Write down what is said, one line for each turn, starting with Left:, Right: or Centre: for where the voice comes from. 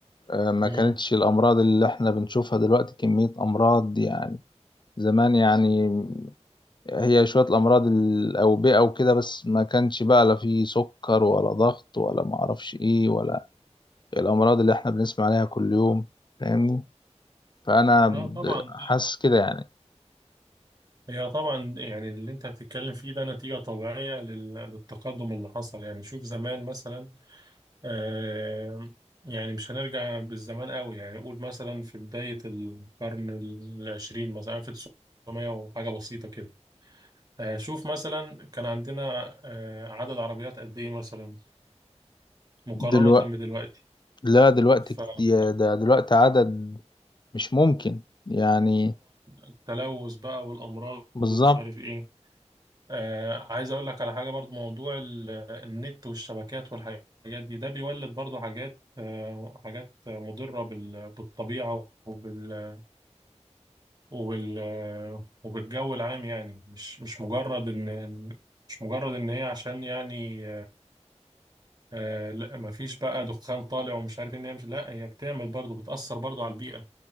Left: أم، ما
Right: مم.
Left: كانتش الأمراض اللي احنا بنشوفها دلوقتي كمية أمراض يعني زمان يعني هي شوية الأمراض الأوبئة وكده بس ما كانش بقى لا في سكر ولا ضغط ولا معرفش إيه ولا الأمراض اللي احنا بنسمع عليها كل يوم فاهمني فأنا ب-
Right: اه طبعا
Left: حاسس كده يعني
Right: هي طبعا يعني اللي انت بتتكلم فيه ده نتيجة طبيعية لل- للتقدم اللي حصل يعني شوف زمان مثلا آه يعني مش هنرجع بالزمان قوي يعني قول مثلا في بداية القرن العشرين مثلا 1900 وحاجة بسيطة كده آه شوف مثلا كان عندنا آه عدد عربيات قد ايه مثلا مقارنة
Left: دلوقتي
Right: بدلوقتي
Left: لا دلوقتي
Right: فطبعا
Left: كتير ده دلوقتي عدد مش ممكن يعني
Right: التلوث بقى والأمراض
Left: بالظبط
Right: ومش عارف ايه آه عايز اقول لك على حاجه برضو موضوع ال- النت والشبكات والحاجات دي ده بيولد برضو حاجات آه حاجات مضره بال- بالطبيعه وبال وبال وبالجو العام يعني مش مش مجرد ان إن- مش مجرد ان هي عشان يعني آه لا مفيش بقى دخان طالع ومش عارف إيه ان هي مش لا هي بتعمل برضو بتاثر برضو على البيئه